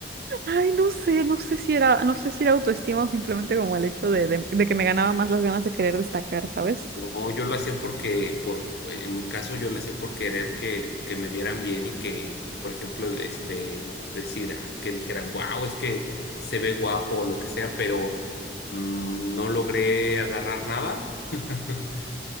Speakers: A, on the right (about 50°); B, on the left (about 60°).
A: Ay, no sé, no sé si era, no sé si era autoestima o simplemente como el hecho de, de, de que me ganaba más las ganas de querer destacar, ¿sabes?
B: No, yo lo hacía porque, por, en mi caso, yo lo hacía por querer que, que me vieran bien y que, por ejemplo, este, decir, ah, que dijeran, wow, es que se ve guapo o lo que sea, pero mm, no logré agarrar nada. <laughs>